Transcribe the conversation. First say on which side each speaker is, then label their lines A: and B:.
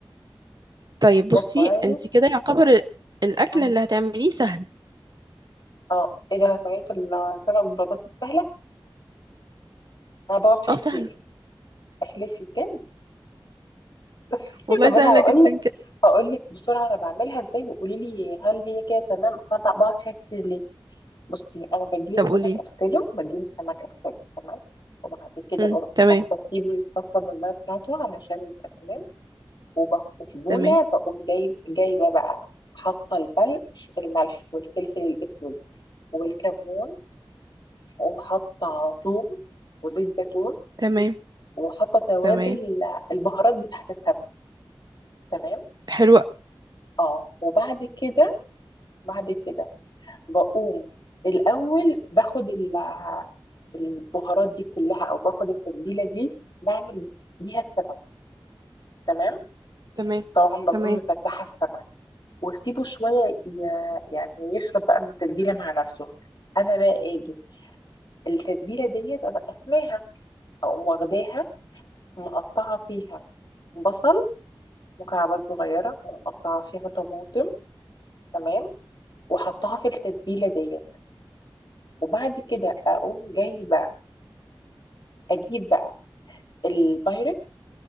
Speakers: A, on the right (about 50°); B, on the left (about 55°).
A: طيب بصي
B: ده كويس
A: انت كده يعتبر ال- الاكل
B: مم.
A: اللي هتعمليه سهل
B: اه ايه ده صينية السمك بالبطاطس سهلة أنا بقعد فيها
A: اه
B: كتير
A: سهلة
B: احلفي بجد <laughs>
A: والله
B: طب
A: سهلة
B: انا هقول
A: جدا
B: لك
A: كده
B: هقول لك بسرعه انا بعملها ازاي وقولي لي هل هي كده تمام اصل انا بقعد فيها كتير ليه بصي انا بجيب السمك
A: طب قولي
B: اغسله بجيب السمك اغسله تمام وبعد كده
A: امم
B: ب-
A: تمام
B: بسيبه يتصفى من الميه بتاعته علشان يبقى تمام وب- وفي بوله
A: تمام
B: بقوم جايب جايبه بقى حاطه البلق الملح والفلفل الاسود والكمون وحاطه ثوم وزيت زيتون
A: تمام
B: وحاطه توابل
A: تمام
B: البهارات بتاعت السمك تمام
A: حلوة
B: اه وبعد كده بعد كده بقوم الأول باخد ال- البهارات دي كلها أو باخد التتبيلة دي بعمل بيها السمك تمام
A: تمام
B: طبعا بكون
A: تمام
B: مفتحة السمك واسيبه شوية ي- يعني يشرب بقى من التتبيلة مع نفسه أنا بقى أجي التتبيلة ديت أنا أسماها أقوم واخداها مقطعة فيها بصل مكعبات صغيرة ومقطعة فيها طماطم تمام وحطها في التتبيلة ديت وبعد كده أقوم جايبة أجيب بقى البايركس